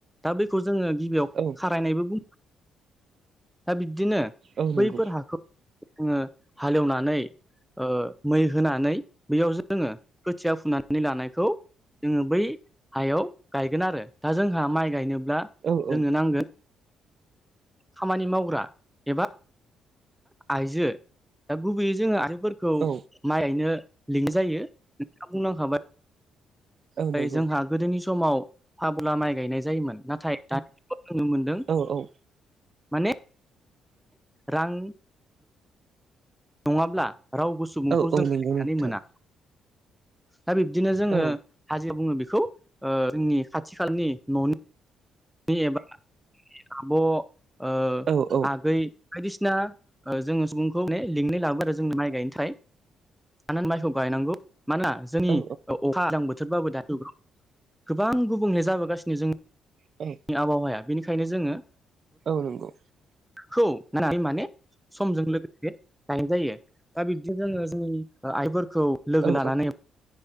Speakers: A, in the centre; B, on the right.
A: दा बेखौ जोङो गिबियाव
B: औ
A: खारायनायबो बु दा बिब्दिनो
B: औ नंगौ
A: बैफोर हाखौ जोङो हाल एवनानै ओ मै होनानै बैयाव जोङो खोथिया फुनानै लानायखौ जोङो बै हायाव गायगोन आरो दा जोंहा माइ गायनोब्ला
B: औ औ
A: जोंनो नांगोन खामानि मावग्रा एबा आइजो दा गुबैयै जोङो आइजोफोरखौ
B: औ
A: माइ गायनो लिंनाय जायो नोंथाङा बुंलांखाबाय
B: नंगौ
A: जोंहा गोदोनि समाव फाबुला माइ गायनाय जायोमोन नाथाय दानि दिनाव जों नुनो मोनदों
B: औ औ
A: माने रां नङाब्ला रावबो सुबुंखौ
B: औ
A: जों
B: नंगौ
A: लेंनानै
B: नोंथां
A: मोना दा बिब्दिनो जोङो
B: औ
A: हाजोआव बुङो बेखौ जोंनि खाथि खालानि न'नि नि एबा आब'
B: औ औ
A: आगै बायदिसिना जोङो सुबुंखौ माने लिंनाय लाबो आरो जों माइ गायनोथाय <unintelligible> माइखौ गायनांगौ मानोना जोंनि
B: औ
A: अखा गोजां बोथोरबाबो दाथ' गोबां गुबुंले जाबोगासिनो जों
B: औ
A: आबहावाया बेनिखायनो जोङो
B: औ नंगौ
A: खौ होननानै माने समजों लोगोसे गायनाय जायो दा बिब्दि जोङो जोंनि आइफोरखौ लोगो
B: औ
A: लानानै